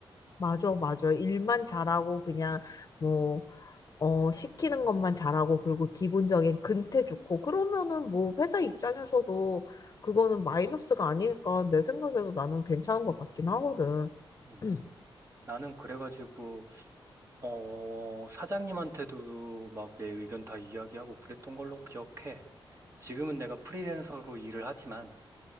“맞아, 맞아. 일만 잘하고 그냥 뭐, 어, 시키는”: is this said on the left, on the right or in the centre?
Left